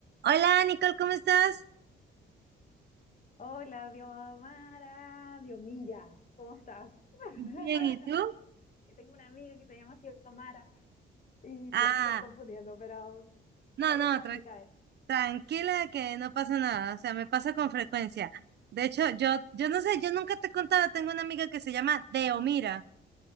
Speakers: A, on the right; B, on the left.
A: Hola Nicole, ¿cómo estás?
B: Hola, Diomara, Diomira, ¿cómo estás? <laughs>
A: Bien, ¿y tú?
B: Que tengo una amiga que se llama así Diomara y
A: Ah,
B: la sigo confundiendo, pero
A: no,
B: ahí
A: no,
B: está
A: tra-
B: en mi cabeza.
A: tranquila que no pasa nada, o sea, me pasa con frecuencia. De hecho, yo, yo no sé, yo nunca te he contado, tengo una amiga que se llama Deomira.